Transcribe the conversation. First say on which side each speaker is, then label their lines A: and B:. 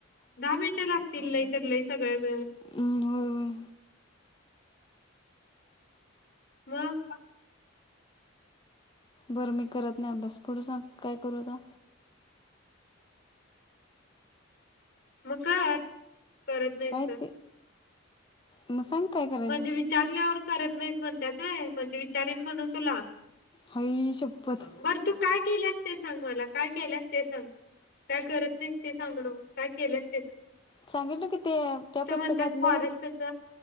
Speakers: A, on the left (about 50°); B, on the left (about 25°).
A: दहा मिनिटं लाग लई तर लई सगळ्या मिळून
B: उम्म होय होय.
A: <unintelligible>
B: बरं मी करत नाही अभ्यास पुढे सांग काय करू आता
A: <unintelligible> कारत नाहीस
B: काय
A: तर
B: ते मग सांग काय करायचं
A: म्हणजे विचारल्यावर करत. नाहीस म्हण त्यास आहे म्हणजे विचारन म्हणून तुला
B: हाई शपत
A: बरं तू काय केल्यास ते सांग मला काय केल्यास ते सांग काय करत नाहीस ते सांगु नको. केल्यास ते सा
B: सांगितल किती ते त्या पुस्तकातलं
A: म्हणत्यास फॉरेस्टच